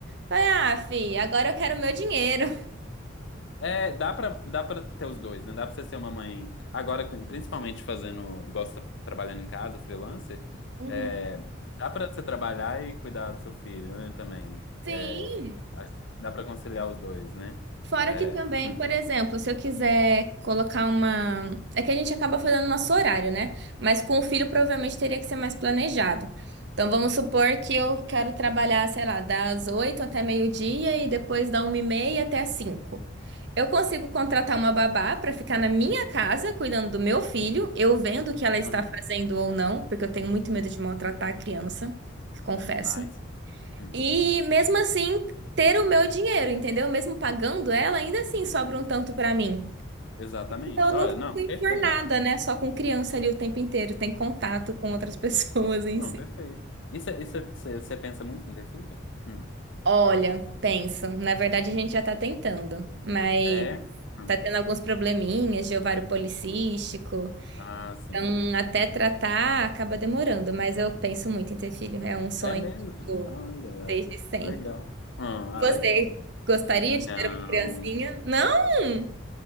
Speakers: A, on the right; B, on the left.
A: falei, ah, fi, agora eu quero meu dinheiro.
B: É, dá pra, dá pra ter os dois, né? Dá pra você ser uma mãe. Agora, com- principalmente fazendo, igual você tá trabalhando em casa, freelancer,
A: Uhum.
B: é, dá pra você trabalhar e cuidar do seu filho, né? Também.
A: Sim,
B: É, acho que dá pra conciliar os dois, né?
A: Fora
B: É,
A: que também,
B: <clears throat>
A: por exemplo, se eu quiser colocar uma. É que a gente acaba fazendo nosso horário, né? Mas com o filho provavelmente teria que ser mais planejado. Então vamos supor que eu quero trabalhar, sei lá, das 8 até meio-dia e depois da uma e meia até as 5. Eu consigo contratar uma babá para ficar na minha casa cuidando do meu filho, eu vendo o que ela está
B: aham.
A: fazendo ou não, porque eu tenho muito medo de maltratar a criança, confesso.
B: Ai, sim. Hum,
A: E mesmo assim, ter o meu dinheiro, entendeu? Mesmo pagando ela, ainda assim sobra um tanto pra mim.
B: Exatamente.
A: Então eu
B: Olha,
A: não fico
B: não,
A: enfurnada,
B: perfeito.
A: né? Só com criança ali o tempo inteiro, tem contato com outras <laughs> pessoas em
B: Não,
A: si.
B: perfeito. Isso, isso você pensa muito em ter filho? Hum.
A: Olha, penso. Na verdade, a gente já tá tentando, mas
B: É? Hum.
A: tá tendo alguns probleminhas de ovário policístico.
B: Ah, sim.
A: Então, até tratar acaba demorando, mas eu penso muito em ter filho. É um sonho,
B: É mesmo?
A: tipo,
B: Olha,
A: desde sempre.
B: que legal. Hum, Ah,
A: Você
B: legal.
A: gostaria
B: Não.
A: de ter uma criancinha? Não?